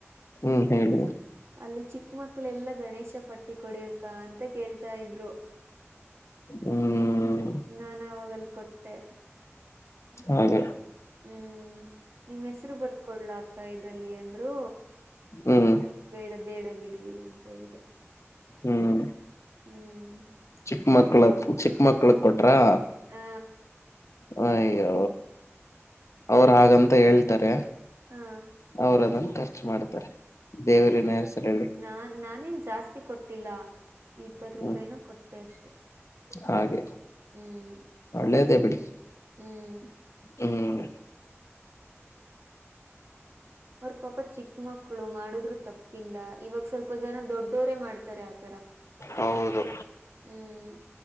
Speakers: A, on the left (about 75°); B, on the right (about 60°).
A: ಹ್ಮ್ ಹೇಳಿ.
B: ಅಲ್ಲಿ ಚಿಕ್ಕ ಮಕ್ಕಳು ಎಲ್ಲಾ ಗಣೇಶ ಪಟ್ಟಿ ಕೊಡಿ ಅಕ್ಕಾ ಅಂತ ಕೇಳ್ತಾ ಇದ್ರು.
A: ಹ್ಮ್.
B: ನಾನು ಆವಾಗ ಅಲ್ಲಿ ಕೊಟ್ಟೆ.
A: ಹೌದ.
B: ಹ್ಮ್ ನಿಮ್ಮ ಹೆಸರು ಬರದೊ ಕೊಡಲಾ ಅಕ್ಕಾ ಇದರಲ್ಲಿ ಅಂದ್ರು.
A: ಹ್ಮ್
B: ಬೇಡ ಬೇಡ ಬಿಡಿ ಅಂತ ಹೇಳ್ದೆ.
A: ಹ್ಮ್.
B: ಹ್ಮ್.
A: ಚಿಕ್ಕ ಮಕ್ಕಳ ಚಿಕ್ಕ ಮಕ್ಕಳಿಗೆ ಕೊಟ್ಟರಾ.
B: ಹಾ.
A: ಹ ಅಯ್ಯೋ ಅವರು ಹಾಗಂತ ಹೇಳ್ತಾರೆ.
B: ಹಾ
A: ಅವರು ಅದನ್ನು ಖರ್ಚು ಮಾಡ್ತಾರೆ ದೇವರಿನ ಹೆಸರಲ್ಲಿ.
B: ನಾ ನಾನೇನ್ ಜಾಸ್ತಿ ಕೊಟ್ಟಿಲ್ಲ ಇಪ್ಪತ್ತು
A: ಹ್ಮ್
B: ರೂಪಾಯಿನೂ ಕೊಟ್ಟೆ ಅಷ್ಟೆ.
A: ಹಾಗೆ
B: ಹ್ಮ್
A: ಒಳ್ಳೇದ ಬಿಡಿ.
B: ಹ್ಮ್.
A: ಹ್ಮ್.
B: ಅವ ಪಾಪ. ಚಿಕ್ಕ ಮಕ್ಳು ಮಾಡುದ್ರು ತಪ್ಪಿಲ್ಲ ಇವಾಗ ಸ್ವಲ್ಪ ಜನ ದೊಡ್ಡೋರೇ ಮಾಡ್ತಾರೆ ಆತರ.
A: ಹೌದು
B: ಹ್ಮ್